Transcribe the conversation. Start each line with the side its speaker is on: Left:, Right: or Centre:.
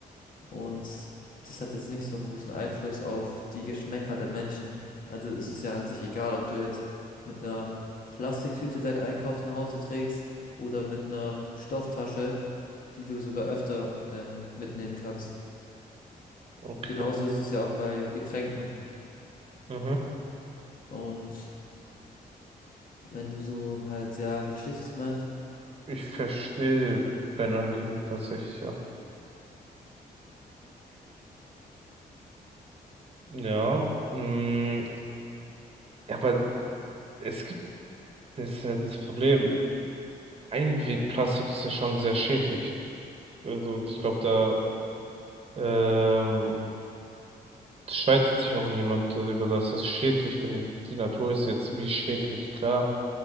Left: Und das hat jetzt nicht so einen großen Einfluss auf die Geschmäcker der Menschen. Also es ist ja an sich egal, ob du jetzt mit einer Plastiktüte deinen Einkauf nach Hause trägst oder mit einer Stofftasche, die du sogar öfter ähm, mitnehmen kannst.
Right: Okay.
Left: Genauso ist es ja auch bei Getränken.
Right: Mhm.
Left: Und wenn du so halt, ja, verstehst du, was ich meine?
Right: Ich verstehe dein Anliegen tatsächlich, ja. mm, Ja. Mh, aber es gibt das, ist ja das Problem. Einwegplastik ist ja schon sehr schädlich. Also ich glaube, da ähm, streitet sich auch niemand darüber, dass es schädlich für die, die Natur ist. Jetzt wie schädlich, klar.